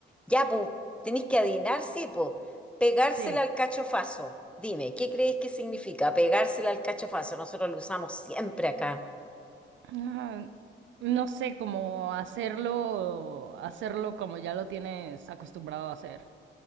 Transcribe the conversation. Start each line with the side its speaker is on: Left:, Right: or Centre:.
Centre: Ya, pues, tenéis que adivinar, sí, pues. Pegársela
Right: Sí.
Centre: al cachofazo. Dime, ¿qué creéis que significa pegársela al cachofazo? Nosotros lo usamos siempre acá.
Right: Ah, no sé cómo hacerlo, hacerlo como ya lo tienes acostumbrado a hacer.